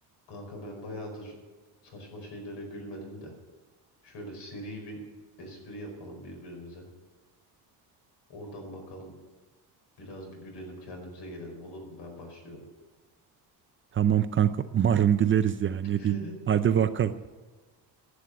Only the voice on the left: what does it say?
Kanka ben bayağıdır saçma şeylere gülmedim de. Şöyle seri bir espri yapalım birbirimize. Oradan bakalım biraz bir gülelim kendimize gelelim olur mu? Ben başlıyorum.
<laughs>